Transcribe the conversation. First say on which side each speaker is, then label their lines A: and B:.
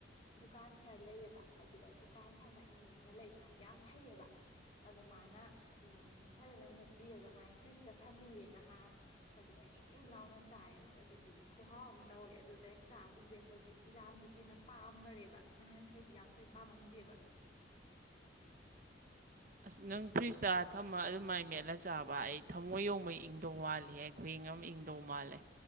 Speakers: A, on the left; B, on the right.
A: ꯗꯨꯀꯥꯟ ꯈꯔ ꯂꯩꯑꯦꯕ ꯑꯗꯨꯗ ꯗꯨꯀꯥꯟ ꯐꯝꯕ ꯏꯅꯦ ꯑꯃ ꯂꯩ ꯃꯥꯗꯤ ꯌꯥꯝ ꯐꯩꯌꯦꯕ ꯑꯗꯨ ꯃꯥꯅ ꯎꯝ ꯐꯖꯅ ꯃꯦꯠꯄꯤꯔꯒ ꯃꯥꯥꯏ ꯐ꯭ꯔꯤꯖꯇ ꯊꯝꯕꯤꯔꯦ ꯉꯥꯏꯍꯥꯛ ꯑꯗꯨꯒ ꯏꯪ ꯏꯪ ꯂꯥꯎꯅ ꯆꯥꯏꯌꯦ ꯑꯁ ꯑꯗꯨꯗꯤ ꯈꯨꯍꯥꯎ ꯑꯃ ꯇꯧꯋꯦ ꯑꯗꯨꯗꯩ ꯆꯥꯒꯤꯕꯨꯗꯤ ꯑꯩꯈꯣꯏꯁꯦ ꯍꯤꯖꯥꯛꯁꯦ ꯍꯦꯟꯅ ꯄꯥꯝꯈꯔꯦꯕ ꯅꯍꯥꯟꯈꯩꯗꯤ ꯌꯥꯝ ꯊꯣꯏꯅ ꯄꯥꯝꯃꯝꯗꯦꯕ
B: ꯑꯁ ꯅꯪ ꯐ꯭ꯔꯤꯖꯇ ꯊꯝꯃ ꯑꯗꯨꯃꯥꯏꯅ ꯃꯦꯠꯂ ꯆꯥꯕ ꯑꯩ ꯊꯝꯃꯣꯏ ꯌꯣꯡꯕ ꯏꯪꯗꯧ ꯋꯥꯠꯂꯤ ꯍꯥꯏ ꯈꯨꯏꯪ ꯑꯃ ꯏꯪꯗꯧ ꯃꯥꯜꯂꯦ